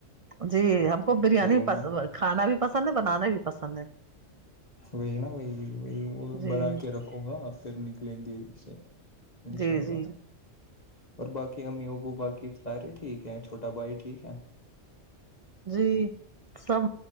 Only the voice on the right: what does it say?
جی ہم کو بریانی
کھانا بھی پسند ہے بنانا بھی پسند ہے
جی
جی
جی
جی سب